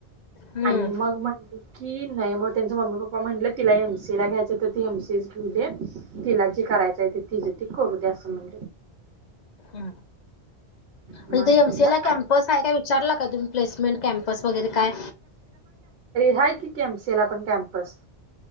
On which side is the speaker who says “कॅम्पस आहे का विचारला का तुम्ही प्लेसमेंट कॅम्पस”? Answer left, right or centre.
Left